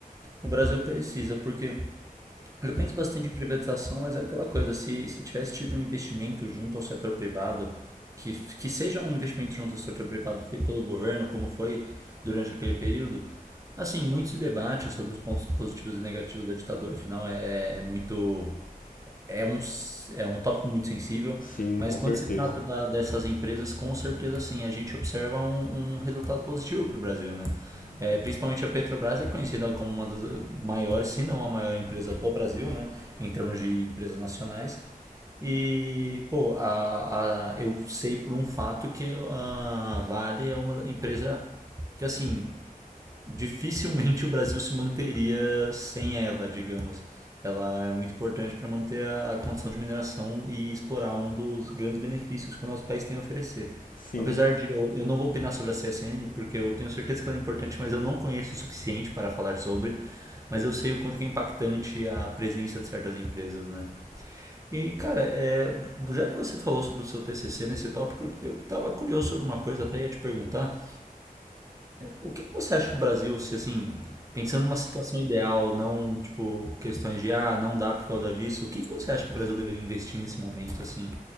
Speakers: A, on the right; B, on the left.
A: o Brasil precisa, porque Eu penso bastante em privatização, mas é aquela coisa, se, se tivesse tido um investimento junto ao setor privado, que, que seja um investimento junto ao setor privado feito pelo governo, como foi durante aquele período, assim, muito se debate sobre os pontos positivos e negativos da ditadura, afinal é, é muito é um, s- é um tópico muito sensível,
B: Sim,
A: mas
B: com
A: quando
B: certeza.
A: se trata da- dessas empresas, com certeza sim, a gente observa um, um resultado positivo para o Brasil, né? É, principalmente a Petrobras é conhecida como uma das maiores, se não a maior empresa do Brasil, né? Em termos de empresas nacionais. E, pô, a, a- eu sei por um fato que a Vale é uma empresa que, assim, dificilmente o Brasil se manteria sem ela, digamos. Ela é muito importante para manter a, a condição de mineração e explorar um dos grandes benefícios que o nosso país tem a oferecer.
B: Sim,
A: Apesar de eu, eu não vou opinar sobre a CSN, porque eu tenho certeza que ela é importante, mas eu não conheço o suficiente para falar sobre, mas eu sei o quanto que é impactante a presença de certas empresas, né? E, cara, é, já que você falou sobre o seu TCC nesse tópico, eu estava curioso sobre uma coisa, até ia te perguntar. O que que você acha que o Brasil, se assim, pensando numa situação ideal, não tipo questões de ah, não dá por causa disso, o que que você acha que o Brasil deveria investir nesse momento, assim?